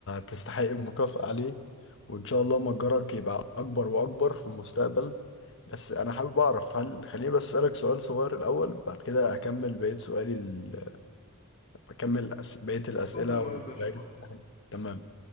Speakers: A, on the left; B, on the left.
A: تستحق المكافأة عليه وان شاء الله متجرك يبقى اكبر واكبر في المستقبل بس انا حابب اعرف هل خليني بس اسالك سؤال صغير الاول بعد كده اكمل بقية سؤالي ال... اكمل أس... بقية الاسئلة
B: اتفضل يا معالي
A: وبقية
B: الباشا اتفضل
A: تمام